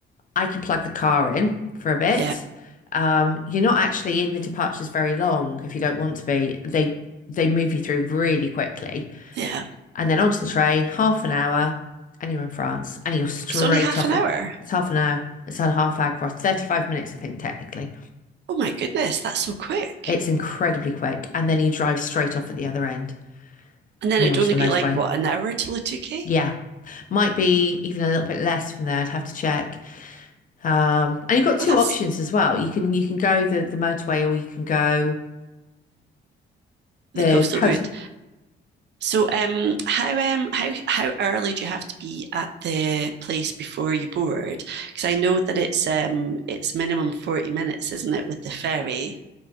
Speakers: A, on the left; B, on the right.
A: I can plug the car in for a bit.
B: Yeah.
A: Um, you're not actually in the departures very long if you don't want to be. They they move you through really quickly
B: Yeah.
A: and then onto the train, half an hour, and you're in France and you're straight
B: It's only half
A: off
B: an hour.
A: at it's half an hour. It's on half hour cross, 35 minutes, I think, technically.
B: Oh my goodness, that's so quick.
A: It's incredibly quick. And then you drive straight off at the other end.
B: And then
A: heading
B: it'd
A: onto
B: only
A: the
B: be
A: motorway.
B: like what, an hour to Lutuke?
A: Yeah, might be even a little bit less from there. I'd have to check. Um, and you've got
B: Well,
A: two
B: that's
A: options as well. You can you can go the the motorway or you can go the
B: the coastal
A: coast.
B: route. So, um, how um, how how early do you have to be at the place before you board? Because I know that it's um, it's minimum 40 minutes, isn't it, with the ferry,